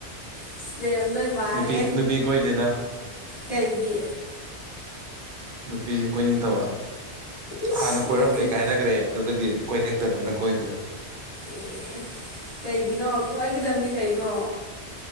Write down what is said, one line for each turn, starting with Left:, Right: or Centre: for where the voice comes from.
Left: ꯑꯁ ꯂꯩꯔꯝꯗꯣꯏ ꯃꯥꯂꯦ
Right: ꯅꯨꯄꯤ ꯅꯨꯄꯤ ꯀꯣꯏꯗꯦꯗ
Left: ꯀꯩꯒꯤ
Right: ꯅꯨꯄꯤꯁꯤ ꯀꯣꯏꯅꯤꯡꯗꯕ
Left: ꯏꯁ
Right: ꯍꯥꯟꯅ ꯀꯣꯏꯔꯝꯃꯦ
Left: ꯅꯆꯤꯟ
Right: ꯀꯥꯏꯅꯈ꯭ꯔꯦ ꯑꯗꯨꯗꯒꯤ ꯀꯣꯏꯅꯤꯡꯇꯗꯅ ꯀꯣꯏꯗ꯭ꯔꯦ
Left: ꯑꯦ ꯀꯩꯒꯤꯅꯣ ꯀꯣꯏꯒꯗꯕꯅꯤ ꯀꯩꯅꯣ